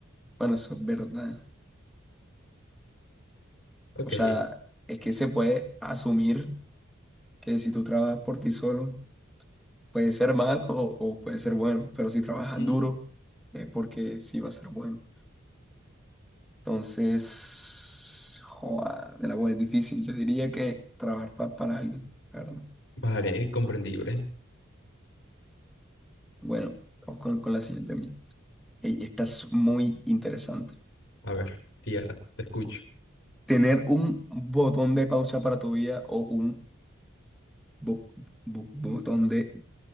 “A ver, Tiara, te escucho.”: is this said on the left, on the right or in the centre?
Left